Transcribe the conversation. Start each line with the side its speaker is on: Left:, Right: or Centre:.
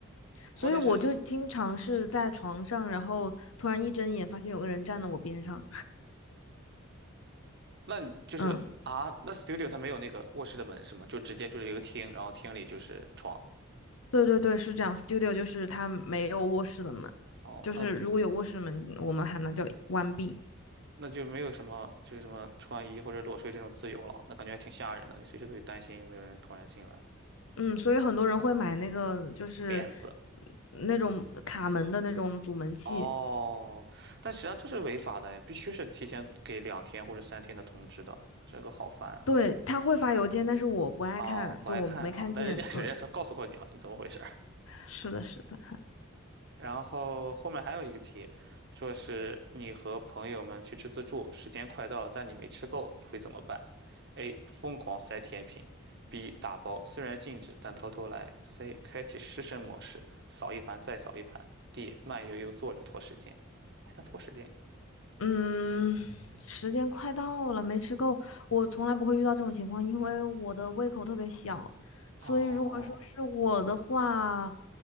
Right: 关键是。
Left: 所以我就经常是在床上，然后突然一睁眼发现有个人站在我边上。
Right: 那你就是啊，
Left: 嗯，
Right: 那 studio 它没有那个卧室的门是吗？就直接就是一个厅，然后厅里就是床。
Left: 对对对，是这样。Studio 就是它没有卧室的门，
Right: 哦，
Left: 就是如果有卧室门，
Right: 那
Left: 我们喊它叫关闭。
Right: 那就没有什么就是什么穿衣或者裸睡这种自由了，那感觉还挺吓人的。你随时都得担心有没有人突然进来，
Left: 嗯，所以很多人会买那个就是
Right: 帘子。
Left: 嗯那种卡门的那种阻门器。
Right: 哦，但实际上这是违法的，必须是提前给两天或者三天的通知的，这个好烦啊！
Left: 对，他会发邮件，但是我不爱看，
Right: 哦，不爱看啊，
Left: 就我没看见。
Right: 那人家谁呀说告诉过你了，
Left: 对，
Right: 你怎么回事？
Left: 是的，是的。
Right: 然后后面还有一个题，说是你和朋友们去吃自助，时间快到了，但你没吃够，你会怎么办？A. 疯狂塞甜品；B. 打包，虽然禁止，但偷偷来；C. 开启失身模式，扫一盘再扫一盘；D. 慢悠悠坐着拖时间，还能拖时间。
Left: 嗯，时间快到了，没吃够。我从来不会遇到这种情况，因为我的胃口特别小，所以如果说是我的话，
Right: 哦，